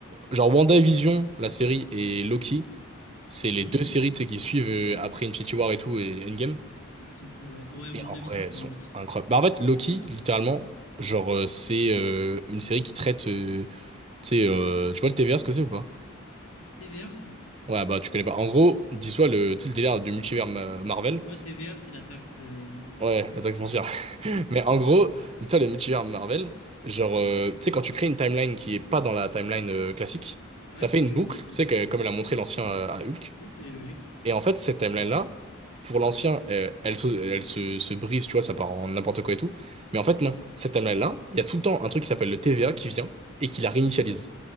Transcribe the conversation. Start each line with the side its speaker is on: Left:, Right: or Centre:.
Right: Genre, WandaVision, la série, et Loki, c'est
Left: Mhm.
Right: les deux séries, tu sais, qui suivent euh, après Infinity War et tout, et Endgame.
Left: Et qui sont cool, ouais. Ah ouais, WandaVision,
Right: Et en vrai,
Left: j'avais
Right: elles sont
Left: envie.
Right: incroyables. Bah, en fait, Loki, littéralement, genre, euh, c'est euh, une série qui traite. euh, tu sais, euh, tu vois le T V TVA, ce que c'est ou pas?
Left: TVA?
Right: Ouais, bah, tu connais pas. En gros, dis-toi le, tu sais, le délire du multivers Ma- Marvel.
Left: Pour moi, TVA, c'est la taxe. euh,
Right: Ouais, la taxe foncière. <laughs> Mais en gros, dis-toi le multivers Marvel, genre, euh, tu sais, quand tu crées une timeline qui est pas dans la timeline euh, classique,
Left: Ouais,
Right: ça
Left: quand
Right: fait
Left: tu
Right: une boucle,
Left: recrées.
Right: tu sais, que- comme elle a montré l'ancien euh, à Hulk.
Left: Oui, c'est logique.
Right: Et en fait, cette timeline-là, pour l'ancien, euh, elle se, elle se, se brise, tu vois, ça part en n'importe quoi et tout. Mais en fait, non. Cette timeline-là, il y a tout le temps un truc qui s'appelle le TVA qui vient et qui la réinitialise.